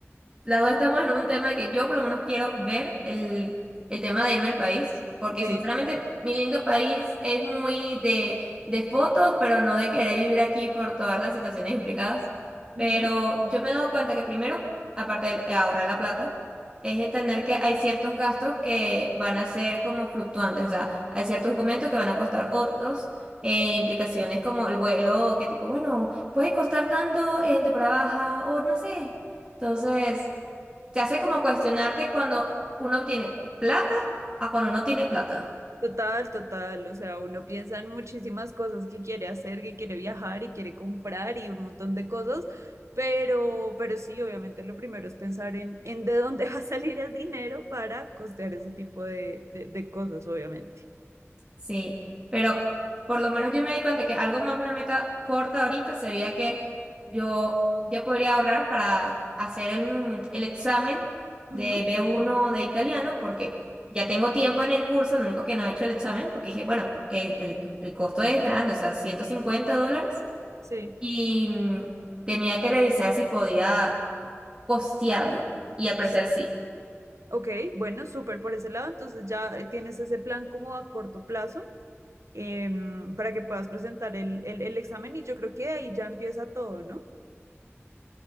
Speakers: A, on the right; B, on the right.
A: Las dos estamos en un tema de que yo por lo menos quiero ver el, el tema de irme al país, porque
B: Sí,
A: sinceramente mi lindo país es muy de, de fotos, pero no de querer vivir aquí por todas las situaciones implicadas. Pero
B: ujú.
A: yo me he dado cuenta que primero, aparte de ahorrar la plata, es entender que hay ciertos gastos que van a ser como fluctuantes, o sea, hay ciertos documentos que van a costar otros, eh, implicaciones como el vuelo, que tipo, bueno, puede costar tanto en temporada baja o no sé. Entonces te hace como cuestionarte cuando uno tiene plata a cuando no tiene plata.
B: Total, total, o sea, uno piensa en muchísimas cosas que quiere hacer, que quiere viajar y quiere comprar y un montón de cosas, pero, pero sí, obviamente lo primero es pensar en, en de dónde <laughs> va a salir el dinero para costear ese tipo de, de de cosas, obviamente.
A: Sí, pero por lo menos yo me di cuenta que algo más, una meta corta ahorita sería que yo ya podría ahorrar para hacer el, el examen de
B: Ujú.
A: b uno de italiano porque ya
B: Sí.
A: tengo tiempo en el curso, lo único que no he hecho el examen porque dije, bueno, eh, el, el costo es grande, o sea, 150 dólares
B: Sí,
A: y mm, tenía que revisar si podía costearlo y al parecer
B: sí.
A: sí.
B: Ok, bueno, súper por ese lado. Entonces ya eh, tienes ese plan como a corto plazo em, para que puedas presentar el, el, el examen y yo creo que de ahí ya empieza todo, ¿no?